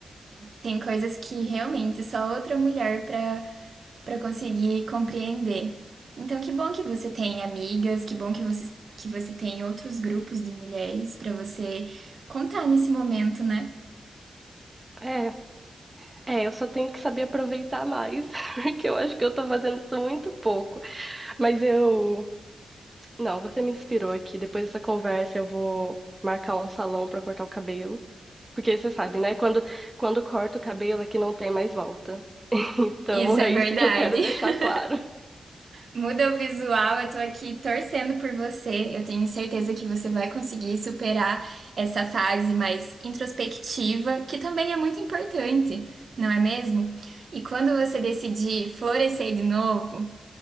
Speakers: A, on the right (about 65°); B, on the right (about 20°).
A: tem coisas que realmente só outra mulher para para conseguir compreender. Então, que bom que você tem amigas, que bom que você, que você tem outros grupos de mulheres para você contar nesse momento, né?
B: É, é, eu só tenho que saber aproveitar mais, <laughs> porque eu acho que eu tô fazendo isso muito pouco. Mas eu. Não, você me inspirou aqui. Depois dessa conversa, eu vou marcar um salão pra cortar o cabelo. Porque você sabe, né? Quando, quando corta o cabelo aqui não tem mais volta. <laughs> Então
A: Isso
B: é
A: é
B: isso
A: verdade.
B: que eu quero deixar
A: <laughs>
B: claro.
A: Muda o visual, eu tô aqui torcendo por você. Eu tenho certeza que você vai conseguir superar essa fase mais introspectiva, que também é muito importante, não é mesmo? E quando você decidir florescer de novo,